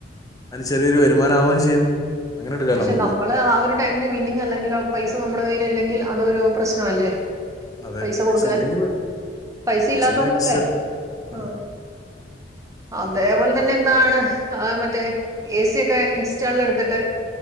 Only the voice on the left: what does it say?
അതിന് ചെറിയൊരു വരുമാനം ആവുകയും ചെയ്യും അങ്ങനെ എടുക്കാലോ
നമുക്ക്
അതെ
ഇല്ലെങ്കിൽ
ഇല്ല ഇൻസ്റ്റ
അതെ